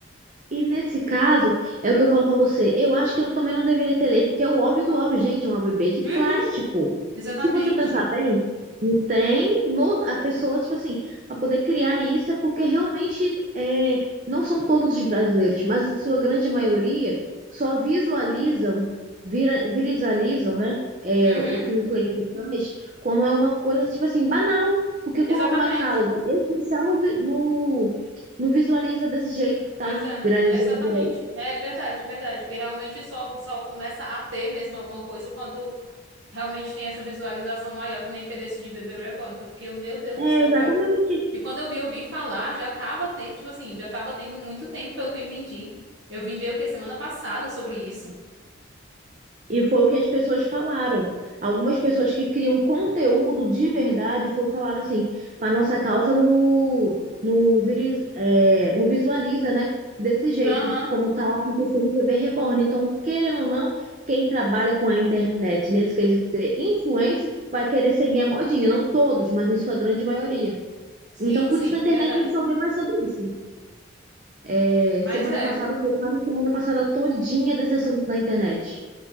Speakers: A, on the right; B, on the right.
A: E nesse caso, é o que eu falo pra você. Eu acho que eu também não deveria ter lei, porque é o óbvio do óbvio, gente, é uma bebê de
B: Uhum,
A: plástico.
B: exatamente.
A: Se você pensar bem, não tem no, a pessoa, tipo assim, para poder criar isso é porque realmente é, não são todos os brasileiros, mas a sua grande maioria só visualizam, vira, viralizam, né? É,
B: Uhum,
A: o que o influencer faz quando é uma coisa, tipo assim, banal. Porque quando
B: exatamente.
A: é uma causa essencial no, vi- no, não visualiza desse jeito que
B: Pois
A: tá
B: é,
A: viralizando
B: exatamente.
A: por aí.
B: É verdade, verdade, porque realmente só, só começa a ter mesmo alguma coisa quando. realmente tem essa visualização maior que nem teve esse de Bebê Reborn, que eu fiquei, meu Deus
A: É,
B: do céu,
A: exatamente.
B: cara. E quando eu vi, eu vi falar, já tava tendo, tipo assim, já tava tendo muito tempo, pelo que eu entendi. Eu vim ver o quê? Semana passada sobre isso.
A: E foi o que as pessoas falaram. Algumas pessoas que criam conteúdo de verdade foram falar assim, a nossa causa no, no, viriz, é, no visualiza, né? Desse jeito,
B: Aham.
A: como tá acontecendo com o bebê reborn. Então, querendo ou não, quem trabalha com a internet nesse quesito ser influencer vai querer seguir a modinha. Não todos, mas em sua grande maioria.
B: Sim,
A: Então, por
B: sim,
A: isso na internet
B: verdade.
A: tem que saber mais sobre isso. É,
B: Mas
A: semana
B: é.
A: passada foi quase semana passada todinha desse assunto na internet.